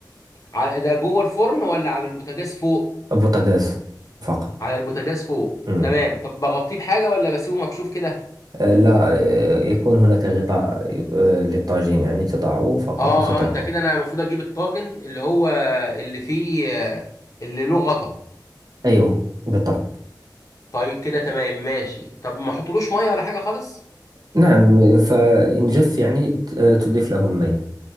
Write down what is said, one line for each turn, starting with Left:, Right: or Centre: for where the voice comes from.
Left: على ده جوه الفرن ولا على البوتاجاز فوق
Right: بوتاغاز فقط
Left: على البوتاجاز فوق
Right: أمم.
Left: تمام طب بغطيه بحاجه ولا بسيبه مكشوف كده
Right: آه، لا آه، يكون هناك غطاء آه، للطاجين يعني تضعه فقط
Left: اه
Right: وتتركه
Left: اه انت كده انا المفروض اجيب الطاجن اللي هو اللي فيه آه، اللي له غطا
Right: أيوه بالطبع
Left: طيب كده تمام ماشي طب ما احطلوش ميه ولا حاجه خالص
Right: نعم فإن جف يعني ت- تضيف له المية